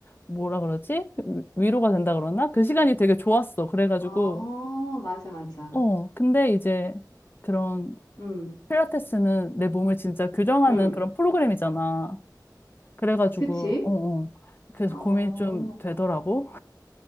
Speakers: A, on the left; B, on the left.
A: 뭐라 그러지? 위- 위로가 된다 그러나? 그 시간이 되게 좋았어. 그래가지고
B: 아 맞아, 맞아.
A: 어, 근데 이제 그런
B: 음.
A: 필라테스는 내 몸을 진짜 교정하는
B: 음.
A: 그런 프로그램이잖아. 그래가지고,
B: 그치?
A: 어, 어. 그래서
B: 어.
A: 고민이 좀 되더라고.